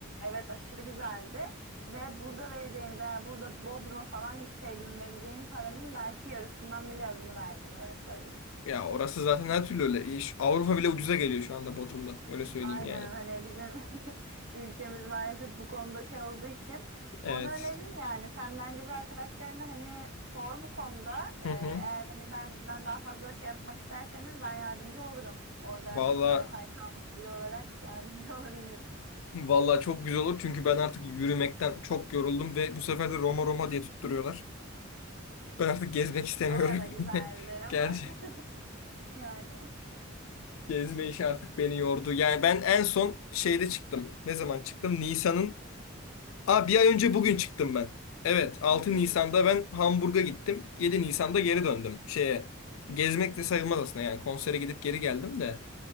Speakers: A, on the right; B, on the left.
A: evet aşırı güzeldi. Ve burada vereceğim değer burada Bodrum'a falan gitseydim vereceğim paranın belki yarısından bile azını verdim öyle söyleyeyim.
B: Ya orası zaten her türlü öyle. İş- Avrupa bile ucuza geliyor şu anda Bodrum'dan. Öyle söyleyeyim
A: Aynen
B: yani.
A: hani bizim <laughs> ülkemiz maalesef bu konuda şey olduğu için
B: Evet.
A: onu öneririm yani. Sen bence bir arkadaşlarına hani sor bu konuda. Ee,
B: Hı hı.
A: eğer hani benden daha fazla şey yapmak isterseniz ben yardımcı olurum. Orada artık
B: Valla
A: 6 ay kalmış biri olarak yardımcı <laughs> olabilirim.
B: valla çok güzel olur çünkü ben artık yürümekten çok yoruldum ve bu sefer de Roma Roma diye tutturuyorlar. Ben artık gezmek istemiyorum.
A: Orada güzeldir
B: <laughs>
A: ama
B: Gerçi
A: <laughs> yani.
B: gezme işi artık beni yordu. Yani ben en son şeyde çıktım. Ne zaman çıktım? Nisan'ın. Aa bir ay önce bugün çıktım ben. Evet altı
A: Hmm.
B: Nisan'da ben Hamburg'a gittim. Yedi Nisan'da
A: Hı hı.
B: geri döndüm. Şeye gezmek de sayılmaz aslında yani konsere gidip geri geldim de.